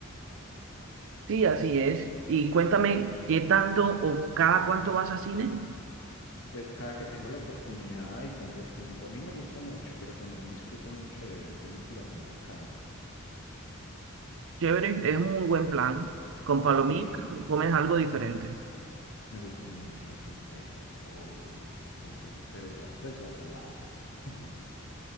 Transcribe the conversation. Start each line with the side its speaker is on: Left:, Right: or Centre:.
Right: Sí, así es. Y cuéntame, ¿qué tanto o cada cuánto vas a cine?
Left: Pues cada que tengo la oportunidad y tengo el tiempo, a mí me gusta mucho, pero también disfruto mucho de ver películas en la casa.
Right: Chévere, es un muy buen plan. Con palomitas
Left: Sí,
Right: o comes algo diferente.
Left: me gustan mucho las crispetas, obvio, las crispetas, pero va- pues las saladas, <laughs>